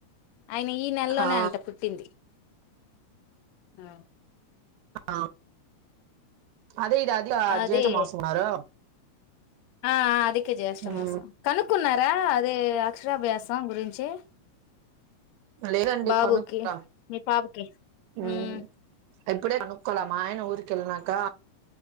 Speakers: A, on the left (about 80°); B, on the right (about 85°).
A: ఆయన ఈ నెలలోనే
B: ఆ
A: అంట పుట్టింది హ్మ
B: ఆ అదే ఇది అది
A: అదే
B: జేటా మాసం అన్నారు
A: ఆ అది జ్యేష్టఠ
B: మ్
A: మాసం కనుకు కున్నారా అదే అక్షరాభ్యాసం గురించి
B: లేదండి
A: బాబుకి
B: కొనుక్క
A: మీ పాపకి
B: హ్మ్
A: ఉమ్
B: అప్పుడే కనుకోల మా ఆయన ఊరికి వెళ్ళనాకా